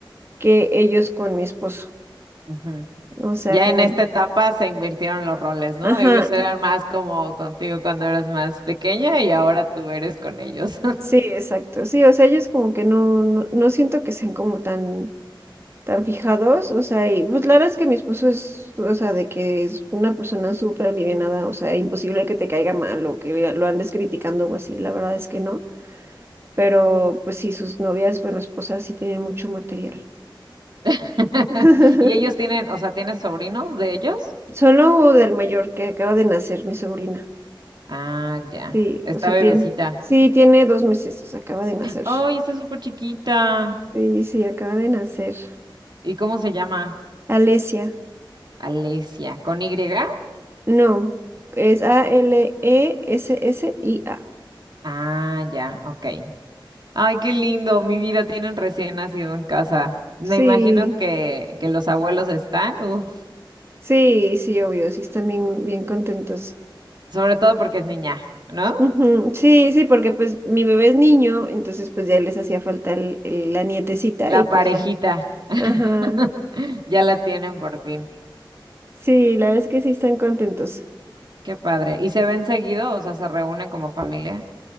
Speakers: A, on the right; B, on the right.
A: que ellos con mi esposo.
B: Ujú.
A: O sea,
B: Ya
A: como,
B: en esta etapa se invirtieron los roles, ¿no?
A: ajá,
B: Ellos eran más como contigo cuando eras más pequeña y ahora tú eres con ellos.
A: sí, exacto. Sí, o sea, ellos como que no, no, no siento que sean como tan, tan fijados. O sea, y pues la verdad es que mi esposo es, o sea, de que es una persona súper alivianada, o sea, imposible que te caiga mal o que lo andes criticando o así, la verdad es que no. Pero pues sí, sus novias, bueno, esposas sí tienen mucho material.
B: <laughs>
A: <laughs>
B: Y ellos tienen, o sea, ¿tienes sobrinos de ellos?
A: Solo del mayor que acaba de nacer, mi sobrina.
B: Ah, ya.
A: Sí,
B: Esta
A: o sea,
B: bebecita.
A: tiene, sí, tiene dos meses, o sea, acaba de nacer.
B: Ay, está súper chiquita.
A: Sí, sí, acaba de nacer.
B: ¿Y cómo se llama?
A: Alesia.
B: Alesia. ¿Con Y?
A: No, es A-L-E-S-S-I-A.
B: Ah, ya, ok. Ay, qué lindo, mi vida tienen recién nacido en casa. Me
A: Sí,
B: imagino que, que los abuelos están, uf,
A: sí, sí, obvio, sí están bien, bien contentos.
B: sobre todo porque es niña, ¿no?
A: Ujú, Sí, sí, porque pues mi bebé es niño, entonces pues ya les hacía falta el- el- la nietecita
B: La
A: y pues
B: parejita.
A: ya.
B: <laughs>
A: Ajá.
B: Ya la tienen por fin.
A: Sí, la verdad es que sí están contentos.
B: Qué padre. ¿Y se ven seguido? O sea, se reúnen como familia.